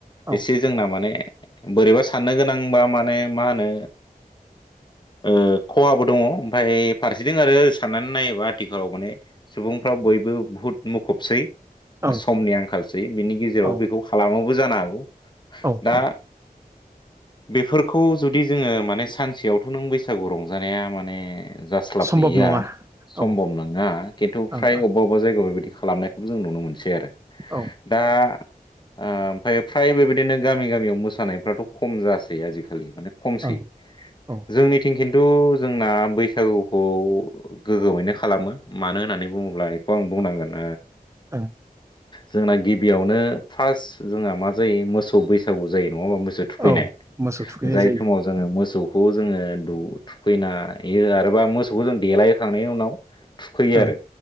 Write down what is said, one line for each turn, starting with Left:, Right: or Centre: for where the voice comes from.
Right: औ
Left: एसे जोंना माने बोरैबा साननो गोनांबा माने मा होनो ओ खहाबो दङ ओमफाय फारसेथिं आरो साननानै नायो ब्ला आथिखालाव माने सुबुंफ्रा बयबो बुहुत मुखुबसै।
Right: ओं
Left: समनि आंखालसै बिनि गेजेराव
Right: औ
Left: बेखौ खालामाबो जानो हागौ।
Right: औ
Left: दा
Right: औ।
Left: बेफोरखौ जुदि जोङो माने सानसेयावथ' नों बैसागु रंजानाया माने जास्लाबहैया
Right: सम्भब नङा
Left: सम्भब
Right: औ ओं
Left: नङा खिन्थु
Right: ओं
Left: फ्राय
Right: औ
Left: अबेबा अबेबा जायगायाव बे बायदि खालामनायखौ जों नुनो मोनसै आरो।
Right: औ
Left: दा ओमफाय फ्राय बे बायदिनो गामि गामियाव मोसानायफ्राथ' खम जासै आजिखालि। माने खमसै
Right: ओं औ
Left: जोंनिथिं खिन्थु जोंना बैसागो खौ गोग्गोमैनो खालामो। मानो होननानै बुङोब्ला बेखौ आं बुंनांगोन
Right: औ।
Left: जोंना गिबियावनो फार्स्ट जोंहा मा जायो मोसौ बैसागु जायो। नङाबा मोसौ थुखैनाय
Right: औ मोसौ थुखैनाय
Left: जाय
Right: जायो
Left: समाव जोङो मोसौ खौ जोङो थुखैना आरोबा मोसौखौ जों देलायहोखांनायनि उनाव थुखैयो
Right: ओं
Left: आरो,